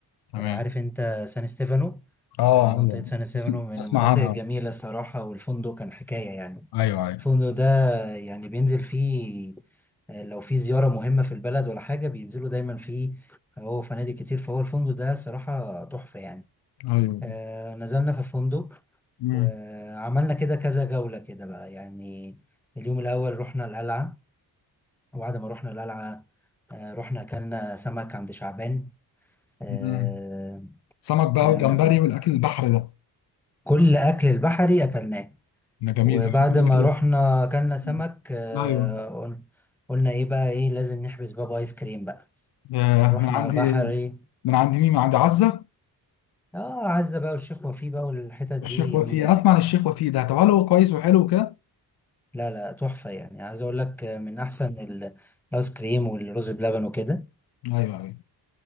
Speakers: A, on the left; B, in the centre.
A: تمام
B: آه، عارف انت سان ستيفانو
A: اه
B: آه، منطقة
A: ايوه
B: سان ستيفانو
A: أسم-
B: من
A: اسمع
B: المناطق
A: عنها
B: الجميلة الصراحة والفندق كان حكاية يعني
A: ايوه ايوه
B: الفندق ده يعني بينزل فيه آه، لو في زيارة مهمة في البلد ولا حاجة بينزلوا دايما فيه هو فنادق كتير فهو الفندق ده صراحة تحفة يعني
A: ايوه
B: آه، نزلنا في الفندق
A: مم.
B: وعملنا كده كذا جولة كده بقى يعني اليوم الأول رحنا القلعة وبعد ما رحنا القلعة آه، رحنا أكلنا سمك عند شعبان آه،
A: مم. سمك بقى
B: آه،
A: والجمبري والاكل البحر ده
B: كل أكل البحري أكلناه
A: ده جميل
B: وبعد
A: ده بحب الاكل
B: ما رحنا
A: ده
B: أكلنا سمك
A: مم.
B: آه،
A: ايوه
B: قلنا قلنا إيه بقى إيه لازم نحبس بابا آيس كريم بقى
A: ده
B: فروحنا
A: من عندي
B: بحري
A: من عندي مين من عندي عزه
B: آه عزة بقى والشيخ وفيه بقى والحتت دي
A: الشيخ
B: جميلة
A: وفيه انا
B: يعني
A: اسمع عن الشيخ وفيه ده طب هل هو كويس وحلو وكده
B: لا لا تحفة يعني عايز أقول لك آه، من أحسن ال- الآيس كريم والرز بلبن وكده
A: ايوه ايوه